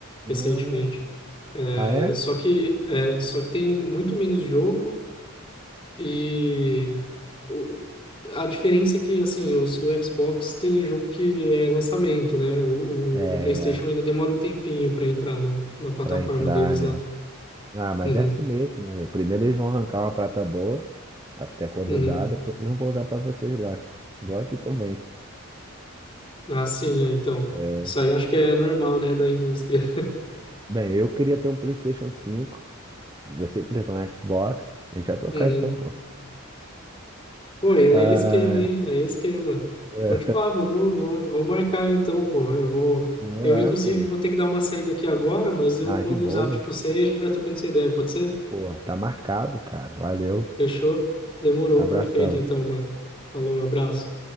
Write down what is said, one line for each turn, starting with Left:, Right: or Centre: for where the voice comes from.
Left: recentemente.
Right: Ah,
Left: É,
Right: ah, é?
Left: só que é, só que tem muito menos jogo e o- a diferença é que assim, os do Xbox tem jogo que é lançamento, né? O,
Right: É,
Left: o do PlayStation ainda demora um tempinho para entrar no, na plataforma
Right: pra entrar,
Left: deles
Right: né?
Left: lá.
Right: Ah, mas
Left: Uhum,
Right: desce mesmo, né? Primeiro eles vão arrancar uma prata boa, até quando
Left: uhum.
Right: dá, depois eles vão colocar pra vocês lá. Igual aqui também.
Left: Ah, sim, é, então.
Right: É.
Left: Isso aí acho que é normal, né, da indústria.
Right: Bem, eu queria ter um PlayStation 5, você queria ter um Xbox, deixa eu trocar
Left: <laughs>
Right: então, pô.
Left: Pô, e aí
Right: Ah,
Left: é esquema, hein? Aí É esquema.
Right: <laughs>
Left: Pô, tipo, ah, vamos, vamos, vamos marcar então, pô. Eu vou. Eu,
Right: é,
Left: inclusive,
Right: pô.
Left: vou ter que dar uma saída aqui agora, mas eu
Right: Ah,
Left: mando
Right: de boa.
Left: um zap pra você e a gente vai trocando essa ideia, pode ser?
Right: Pô, tá marcado, cara. Valeu.
Left: Fechou? Demorou,
Right: Abração.
Left: perfeito então, mano. Falou, abraço.